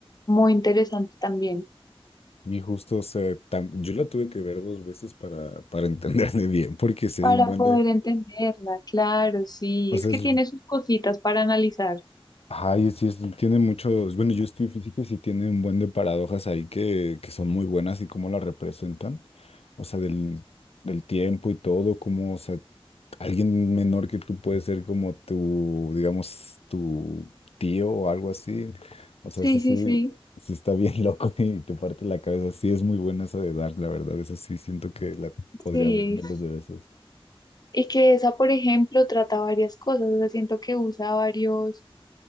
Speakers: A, on the left; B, on the left.
A: muy interesante también
B: Y justo, o sea, tam- yo la tuve que ver dos veces para, para <laughs> entenderme bien, porque sí
A: para
B: hay un buen
A: poder
B: de,
A: entenderla. Claro, sí,
B: o
A: es
B: sea,
A: que
B: es,
A: tiene sus cositas para analizar.
B: ay, sí, es- tiene muchos, bueno, yo estoy en física y sí tiene un buen de paradojas ahí que, que son muy buenas y cómo la representan, o sea, del, del tiempo y todo, cómo, o sea, Alguien menor que tú puede ser como tu, digamos, tu tío o algo así. O sea,
A: Sí,
B: eso sí,
A: sí, sí,
B: sí está bien loco <laughs> y te parte la cabeza. Sí, es muy buena esa de Dark, la verdad. Esa sí siento que la podría
A: sí.
B: ver miles de veces.
A: Y que esa, por ejemplo, trata varias cosas. O sea, siento que usa varios